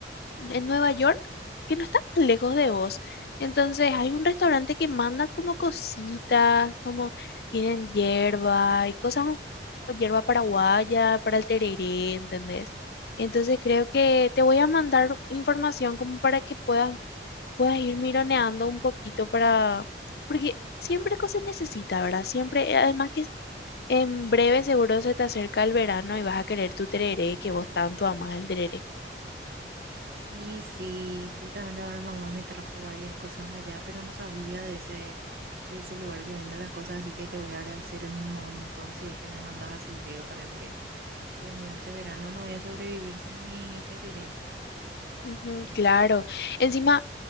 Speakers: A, on the left; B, on the right.
A: en Nueva York, que no está tan lejos de vos. Entonces hay un restaurante que manda como cositas, como tienen hierba y cosas, hierba paraguaya para el tereré, ¿entendés? Entonces creo que te voy a mandar información como para que puedas, puedas ir mironeando un poquito para, porque siempre cosas necesita, ¿verdad? Siempre, eh, además que en breve seguro se te acerca el verano y vas a querer tu tereré, que vos tanto amás el tereré.
B: Y sí, justamente ahora mamá me trajo varias cosas allá, pero no sabía de ese, de ese lugar que vende las cosas, así que te voy a agradecer un montón si es que me mandas así veo también, porque Dios mío, este verano no voy a sobrevivir sin mi tereré.
A: Ujú, claro. Encima,